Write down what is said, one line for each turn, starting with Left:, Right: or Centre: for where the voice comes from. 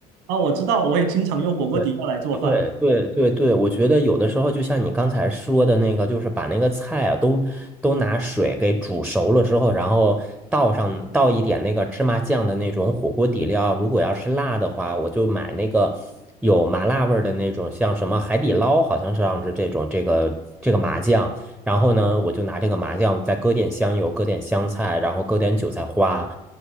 Right: 啊，我知道，我也经常用火锅底料来做饭，
Centre: 对对对对对，我觉得有的时候就像你刚才说的那个，就是把那个菜啊都都拿水给煮熟了之后，然后倒上倒一点那个芝麻酱的那种火锅底料。如果要是辣的话，我就买那个有麻辣味儿的那种，像什么海底捞，好像是样是这种这个这个麻酱。然后呢，我就拿这个麻酱再搁点香油，搁点香菜，然后搁点韭菜花，